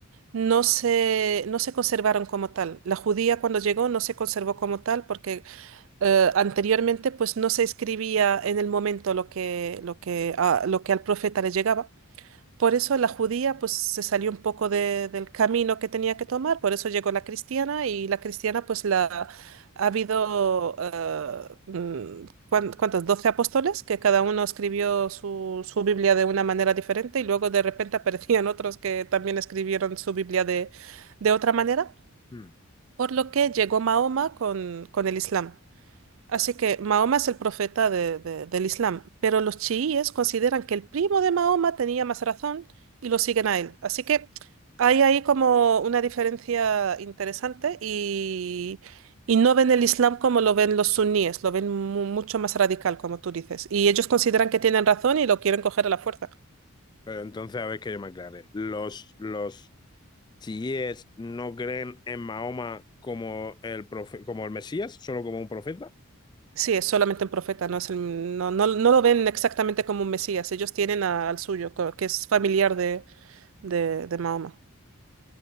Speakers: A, on the right; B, on the left.
A: no se, no se conservaron como tal. La judía cuando llegó no se conservó como tal porque eh, anteriormente pues no se escribía en el momento lo que, lo que, a- lo que al profeta le llegaba. Por eso la judía pues se salió un poco de- del camino que tenía que tomar, por eso llegó la cristiana y la cristiana pues la ha habido eh, mm, cuán- ¿cuántos? doce apóstoles que cada uno escribió su, su Biblia de una manera diferente y luego de repente <laughs> aparecían otros que también escribieron su Biblia de, de otra manera,
B: Mm.
A: por lo que llegó Mahoma con, con el Islam. Así que Mahoma es el profeta de- de- del Islam, pero los chiíes consideran que el primo de Mahoma tenía más razón y lo siguen a él. Así que hay ahí como una diferencia interesante y, y no ven el Islam como lo ven los suníes, lo ven mu- mucho más radical, como tú dices. Y ellos consideran que tienen razón y lo quieren coger a la fuerza.
B: Pero entonces a ver que yo me aclare. Los, los si es, no creen en Mahoma como el, profe- como el Mesías, solo como un profeta.
A: Sí, es solamente un profeta, no es el- no, no, no lo ven exactamente como un mesías. Ellos tienen a- al suyo, co- que es familiar de, de, de Mahoma.